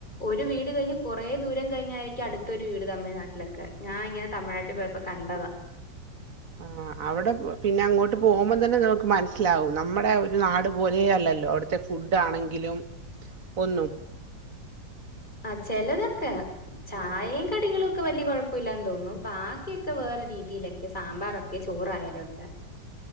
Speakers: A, on the left; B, on the right.
A: ഒരു വീട് കഴിഞ്ഞ് കൊറേ ദൂരം കഴിഞ്ഞായിരിക്കും അടുത്തൊരു വീട് തമിഴ്നാട്ടിലൊക്കെ ഞാൻ ഇങ്ങനെ തമിഴ്നാട്ടി പോയപ്പോ കണ്ടതാ
B: ആ അവിടെ പിന്നെ അങ്ങോട്ട് പോകുമ്പോ തന്നെ നമുക്ക് മനസ്സിലാവും നമ്മുടെ ഒരു നാട് പോലെ അല്ല ല്ലോ അവിടുത്തെ ഫുഡ് ആണെങ്കിലും ഒന്നും
A: ആ ചെലതൊക്കെ ചായെം കടികളും ഒക്കെ വല്യ കുഴപ്പില്ലാന്ന് തോന്നും ബാക്കിക്ക് ക്കെ വേറെ രീതിയിലൊക്കെ സാമ്പാറൊക്കെ ചോറായാലും ഒക്കെ